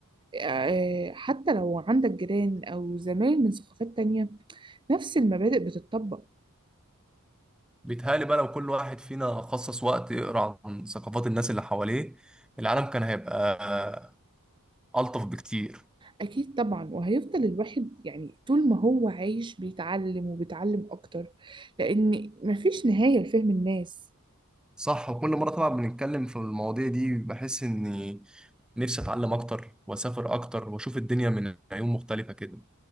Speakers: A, on the right; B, in the centre.
A: آه، حتى لو عندك جيران أو زمايل من ثقافات تانية نفس المبادئ بتطبق
B: بيتهيألي بقى لو كل واحد فينا خصص وقت يقرأ عن ثقافات الناس اللي حواليه العالم كان هيبقى ألطف بكتير
A: أكيد طبعا وهيفضل الواحد يعني طول ما هو عايش بيتعلم وبيتعلم أكتر لأن مفيش نهاية لفهم الناس
B: صح وكل مرة طبعا بنتكلم في المواضيع دي بحس إني نفسي أتعلم أكتر وأسافر أكتر وأشوف الدنيا من عيون مختلفة كده